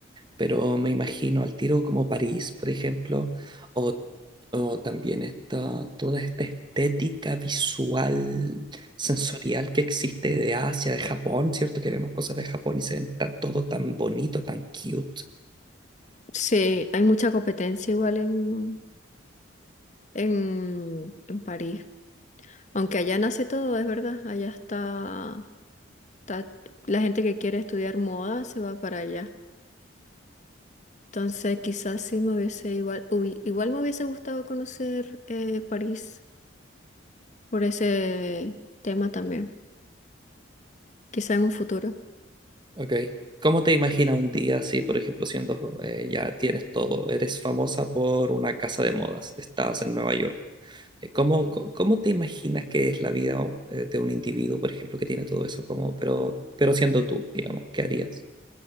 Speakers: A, on the right (about 20°); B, on the left (about 35°).
A: pero me imagino al tiro como París, por ejemplo, o, o también esta, toda esta estética visual, sensorial que existe de Asia, de Japón, ¿cierto? Que vemos cosas de Japón y se ven tan- todo tan bonito, tan cute.
B: Sí, hay mucha competencia igual en, en, en París. Aunque allá nace todo, es verdad, allá está, está la gente que quiere estudiar moda se va para allá. Entonces, quizás sí me hubiese igual, hubi- igual me hubiese gustado conocer eh, París por ese tema también. Quizás en un futuro.
A: Ok. ¿Cómo te imaginas un día si, por ejemplo, siendo eh, ya tienes todo, eres famosa por una casa de modas, estás en Nueva York? Eh, ¿Cómo, co- cómo te imaginas que es la vida eh, de un individuo, por ejemplo, que tiene todo eso como, pero, pero siendo tú, digamos, ¿qué harías?